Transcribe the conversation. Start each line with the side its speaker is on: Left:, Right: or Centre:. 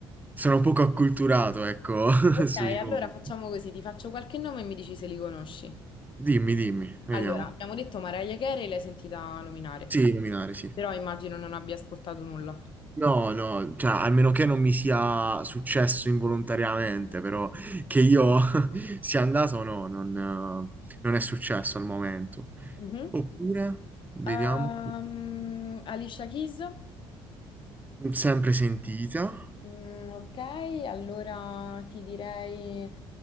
Right: sono poco acculturato, ecco,
Left: Ok,
Right: <laughs> sui
Left: allora
Right: nomi.
Left: facciamo così, ti faccio qualche nome e mi dici se li conosci.
Right: Dimmi, dimmi, vediamo.
Left: Allora, abbiamo detto Mariah Carey, l'hai sentita nominare,
Right: Sì, nominare, sì.
Left: però immagino non abbia ascoltato nulla.
Right: No, no, cioè, a meno che non mi sia successo involontariamente, però che io <laughs> sia andato, no, non, eh, non è successo al momento.
Left: Mhm.
Right: Oppure, vediamo,
Left: Ehm, Alicia Keys?
Right: Mm, sempre sentita.
Left: Mm, ok, allora ti direi...